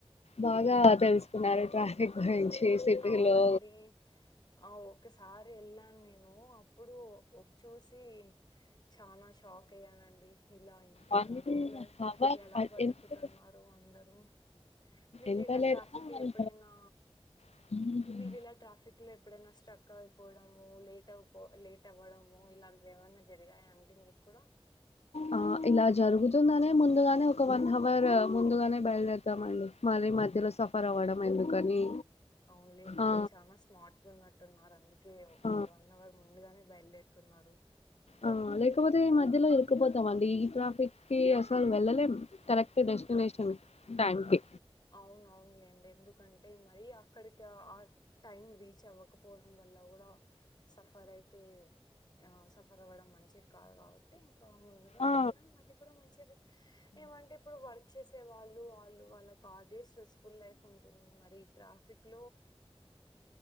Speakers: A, on the left; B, on the left.
A: బాగా తెలుసుకున్నారు ట్రాఫిక్ గురించి సిటీలో
B: అవునండి అవ్ ఒకసారి వెళ్ళాను నేను అప్పుడు ఒక చూసి చనా షాక్ అయ్యానండి ఇలా ఇంత
A: వన్
B: ట్రాఫిక్ లో
A: హవర్
B: ఎలా బతుకుతున్నారు
A: ఎంత
B: అందరూ మీరు
A: ఎంత
B: ఇలా
A: లేదన్నా
B: ట్రాఫిక్ లో
A: వన్
B: ఎప్పుడైనా
A: హవర్
B: మీరు ఇలా ట్రాఫిక్ లో ఎప్పుడైనా స్టక్ అయిపోవడము లేట్ అయిపో లేట్ అవ్వడము ఇలాంటివి ఏమన్నా జరిగాయా అండి మీకు కూడా
A: ఆ ఇలా జరుగుతుందనే ముందుగానే ఒక వన్ అవర్ ముందుగానే బయలుదేరతాం అడి మరీ మధ్యలో సఫర్ అవ్వడం ఎందుకని
B: అవునులేండి అండి
A: ఆ
B: మీరు చాల స్మార్ట్ గా ఉన్నట్టున్నారు అందుకే
A: ఆ
B: ఒక వన్ అవర్ ముందుగానే బయలుదేరుతున్నారు
A: ఆ లేకపోతే ఈ మధ్యలో ఎరుకుపోతామండి ఈ ట్రాఫిక్ కి అసలు వెళ్ళలేం కరెక్ట్ డెస్టినేషన్ టైం కి
B: అవున అవునులేండి ఎందుకంటే మరి అ క్కడక ఆ టైమ్ రీచ్ చెవకపోవడం వల్ల కూడా సఫర్ అయితే ఆ సఫర్ అవ్వడం మంచిది కాదు కాబట్టి ఇంకా ముందుగా వెళ్ళడం
A: ఆ
B: అది కూడా మంచిది ఏమంటే ఇప్పుడు వర్క్ చేసే వాళ్ళు వాళ్ళకు ఆదే స్ట్రె ఫుల్ లైఫ్ ఉంటుంది మరి ఇ ట్రాఫి ఫిక్